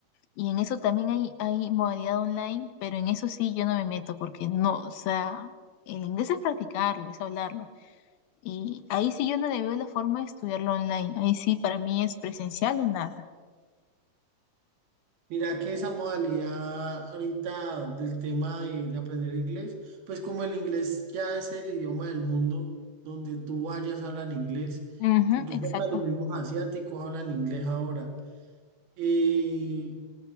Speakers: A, on the left; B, on the right.
A: Y en eso también hay, hay modalidad online, pero en eso sí yo no me meto porque no, o sea, el inglés es practicarlo, es hablarlo. Y ahí sí yo no le veo la forma de estudiarlo online. Ahí sí para mí es presencial o nada.
B: Mira que esa modalidad ahorita del tema de, de aprender inglés, pues como el inglés ya es el idioma del mundo, donde tú vayas hablan inglés,
A: Ujú,
B: incluso
A: exacto.
B: hasta los mismos asiáticos hablan inglés ahora. Y